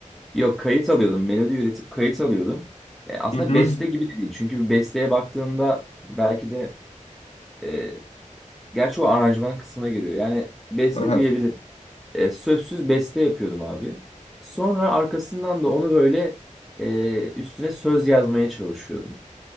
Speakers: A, in the centre; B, on the left.
A: Yok kayıt alıyordum. Melodi üretip kayıt alıyordum. E, aslında
B: Hı hı.
A: beste gibi de değil. Çünkü bir besteye baktığında belki de e, gerçi o aranjman kısmına giriyor. Yani beste
B: Aha.
A: diyebilirim. E, sözsüz beste yapıyordum abi. Sonra arkasından da onu böyle e, üstüne söz yazmaya çalışıyordum.